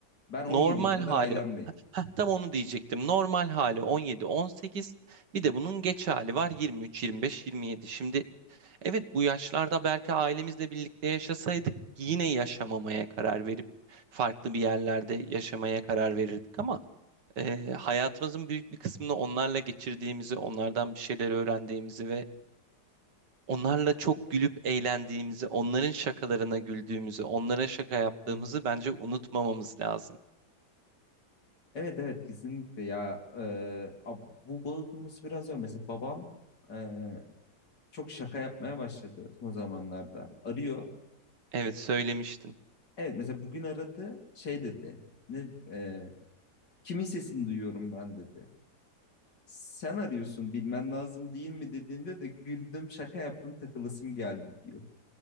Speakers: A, on the left; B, on the right.
A: Ben 17'ye
B: Normal
A: kadar
B: hali
A: ailemleydim.
B: Heh, tam onu diyecektim. Normal hali 17-18. Bir de bunun geç hali var 23-25-27. Şimdi evet bu yaşlarda belki ailemizle birlikte yaşasaydık yine yaşamamaya karar verip farklı bir yerlerde yaşamaya karar verirdik ama e, hayatımızın büyük bir kısmını onlarla geçirdiğimizi, onlardan bir şeyler öğrendiğimizi ve onlarla çok gülüp eğlendiğimizi, onların şakalarına güldüğümüzü, onlara şaka yaptığımızı
A: Evet.
B: bence unutmamamız lazım.
A: Evet evet kesinlikle ya Ee, ab- bu bağı kurması biraz zor. Mesela babam ee, çok şaka yapmaya başladı son zamanlarda. Arıyor.
B: Evet söylemiştin.
A: Evet mesela bugün aradı şey dedi. Ne, ee, kimin sesini duyuyorum ben dedi. Sen arıyorsun bilmen lazım değil mi dediğimde de güldüm şaka yaptım takılasım geldi diyor.